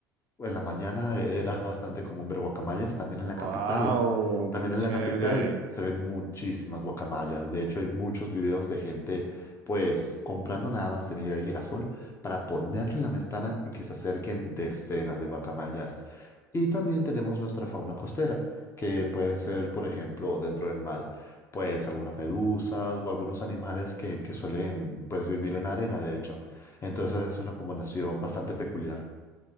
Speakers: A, on the left (about 30°); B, on the right (about 60°).
A: en la mañana era bastante común ver guacamayas, también en la capital.
B: ¡Wow!
A: También
B: ¡Qué
A: en
B: chévere!
A: la capital se ven muchísimas guacamayas. De hecho, hay muchos videos de gente, pues, comprando nada más semilla de girasol para ponerle en la ventana y que se acerquen decenas de guacamayas. Y también tenemos nuestra fauna costera, que pueden ser, por ejemplo, dentro del mar, pues algunas medusas o algunos animales que, que suelen, pues, vivir en arena, de hecho. Entonces es una combinación bastante peculiar.